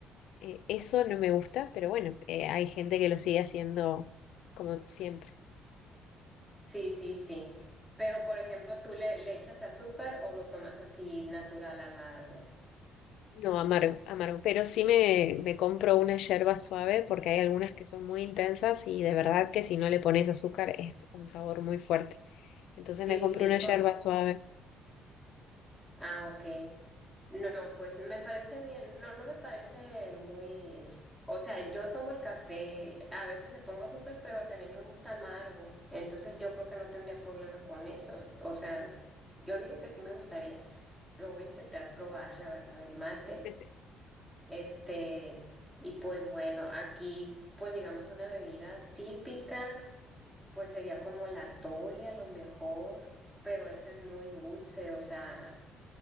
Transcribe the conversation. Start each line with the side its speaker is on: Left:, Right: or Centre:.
Left: eh, eso no me gusta, pero bueno, eh, hay gente que lo sigue haciendo como siempre.
Centre: sí, sí, sí. Pero, por ejemplo, ¿tú le, le echas azúcar o lo tomas así natural, amargo?
Left: No, amargo, amargo, pero sí me, me compro una yerba suave porque hay algunas que son muy intensas y de verdad que si no le pones azúcar es un sabor muy fuerte. Entonces
Centre: Sí,
Left: me compro
Centre: sí,
Left: una yerba
Centre: por
Left: suave.
Centre: Ah, ok. No, pues me parece bien. No, no me parece muy... O sea, yo tomo el café, a veces le pongo azúcar, pero también me gusta amargo. Entonces yo creo que no tendría problema con eso. O sea, yo digo que sí me gustaría. Lo voy a intentar probar, la verdad, el mate.
Left: <laughs>
Centre: Este, y pues bueno, aquí, pues digamos una bebida típica. Pues sería como la tole a lo mejor, pero ese es muy dulce, o sea,